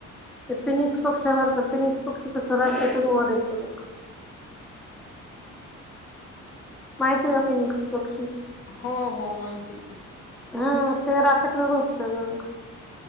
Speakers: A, in the centre; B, on the left (about 50°).
A: ते फिनिक्स पक्ष सारखं फिनिक्स पक्षी कस राखतून वरेत त ब. माहिती आहे का फिनिक्स पक्षी
B: हो हो माहिती आहे की.
A: हम् ते राखेत नच उठत ना मग